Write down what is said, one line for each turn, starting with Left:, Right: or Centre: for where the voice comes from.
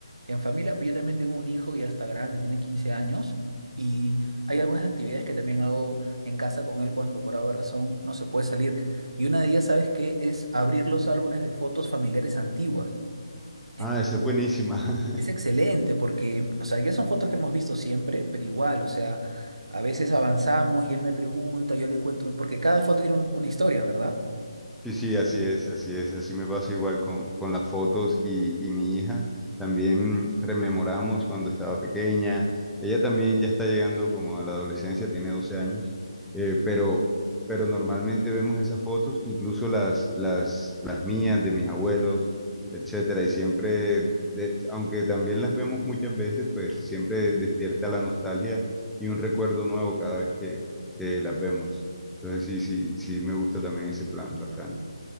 Right: en familia. Yo también tengo un hijo ya está grande, tiene 15 años, y hay algunas actividades que también hago en casa con él cuando por alguna razón no se puede salir. Y una de ellas, ¿sabes qué? Es abrir los álbumes de fotos familiares antiguas. Entonces,
Centre: Ah, esa es buenísima. <laughs>
Right: es excelente porque, o sea, ya son fotos que hemos visto siempre, pero igual, o sea, a veces avanzamos y él me pregunta, yo le cuento, porque cada foto tiene un- una historia, ¿verdad?
Centre: Sí, sí, así es, así es, así me pasa igual con, con las fotos y, y mi hija. También rememoramos cuando estaba pequeña. Ella también ya está llegando como a la adolescencia, tiene 12 años, eh, pero, pero normalmente vemos esas fotos, incluso las, las, las mías, de mis abuelos, etcétera. Y siempre, de- aunque también las vemos muchas veces, pues siempre despierta la nostalgia y un recuerdo nuevo cada vez que, que las vemos. Entonces sí, sí, sí me gusta también ese plan bastante.